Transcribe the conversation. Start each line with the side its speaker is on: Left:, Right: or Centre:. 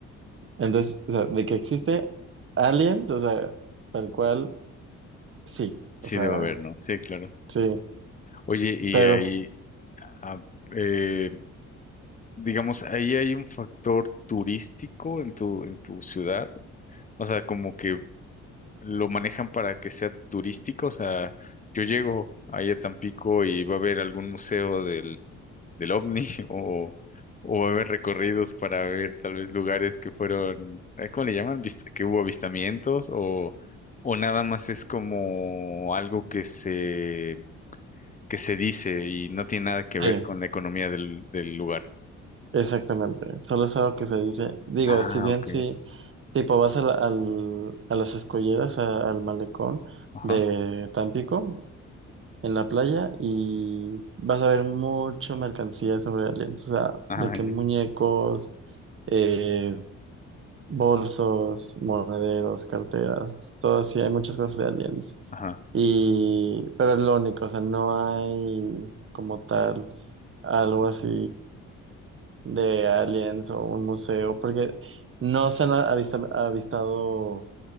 Right: entonces, o sea, de que existe aliens, o sea, tal cual, sí,
Left: Sí
Right: o sea,
Left: debe haber, ¿no? Sí, claro.
Right: sí,
Left: Oye, y
Right: pero,
Left: ahí, ah, eh, digamos, ahí hay un factor turístico en tu, en tu ciudad. O sea, como que lo manejan para que sea turístico. O sea, yo llego ahí a Tampico y va a haber algún museo del, del OVNI <laughs> o, o va a haber recorridos para ver tal vez lugares que fueron, eh, ¿cómo le llaman? Vist- que hubo avistamientos o, o nada más es como algo que se, que se dice y no tiene nada que ver
Right: sí,
Left: con la economía del, del lugar.
Right: exactamente, solo es algo que se dice, digo,
Left: Ah,
Right: si bien
Left: ok.
Right: sí, tipo vas a, la- al, a las escolleras, a- al malecón
Left: Ajá.
Right: de Tampico, en la playa y vas a ver mucho mercancía sobre aliens, o sea,
Left: Ah,
Right: de que
Left: ya.
Right: muñecos, eh, bolsos, monederos, carteras, todo así, hay muchas cosas de aliens.
Left: Ajá.
Right: Y, pero es lo único, o sea, no hay como tal algo así de aliens o un museo, porque no se han avista- avistado